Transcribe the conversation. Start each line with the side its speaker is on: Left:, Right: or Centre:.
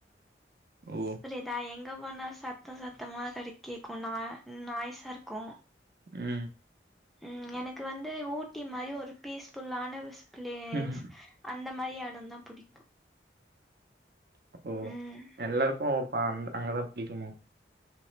Right: ஓ
Centre: புரிதா எங்க போனா சத்த சத்தமா கெடை கேக்குனா நாய்ஸ்ஸாருக்கு
Right: ம்
Centre: ம் எனக்கு வந்து ஊட்டி மாரி ஒரு பீஸ்ஃபுல்லான விஸ் பிளேஸ்
Right: ம்
Centre: அந்த மாரி இடந்தா புடிக்கு
Right: அப்போ
Centre: ம்
Right: எல்லாருக்கு ஓ பாம் அங்கதா புடிக்குமோ